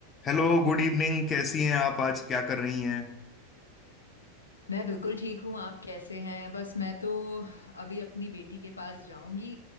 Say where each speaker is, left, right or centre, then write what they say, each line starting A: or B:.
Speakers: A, on the left; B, on the left.
A: Hello good evening कैसी हैं आप आज क्या कर रही हैं
B: मैं बिल्कुल ठीक हूँ आप कैसे हैं बस मैं तो अभी अपनी बेटी के पास जाऊंगी